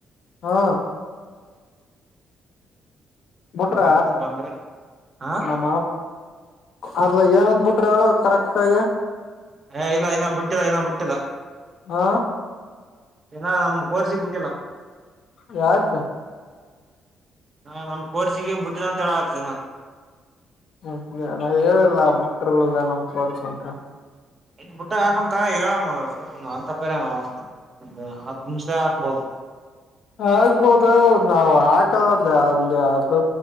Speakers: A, on the left; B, on the right.
A: ಹಾ ಬಿಟ್ರ
B: ಭಾರತ ಬಂದ್ರ ಹ
A: ನಮ್ಮ ಅದ ಏನಂದ ಬಿಿಟ್ರಿ ಅವಳ ಕರೆಕ್ತಗಿ
B: ಹ ಇಲ್ಲ ಇನ್ನ ಬಿಟ್ಟಿಲ್ಲ ಇನ್ನ ಬಿಟ್ಟಿಲ್ಲ
A: ಹ
B: ಏನ ನಮ್ ಕೋರ್ಸಿಗ್ ಬಿಟ್ಟಿಲ್ಲ
A: ಯಾರಕ
B: ಹಾ ನಮ ಕೋರ್ಸಿಗೆ ಬಿಟ್ಟಿಲ್ಲ ಅಂತ ಹೇಳ ಆತ್ಲನಾ
A: ಹ ನಾ್ ಹೇಳಿಲ್ಲ ಬುಟ್ರಲ್ಲೆಲ್ಲಾ ನಮ ಕ ವರ್ಸ ಅಂತ
B: ಬುಟ್ಟ ಹಾಕ್ ತ ಹೇಳ ತಪ್ಪ ಅ ಹತ್ತು ನಿಮಿಷದ ಹತ್ಬೋದು
A: ಆಗ್ಬೋದ ನಾವ್ ಹಾಕದ ಅದ ಅಲ್ಲಿ ಅದ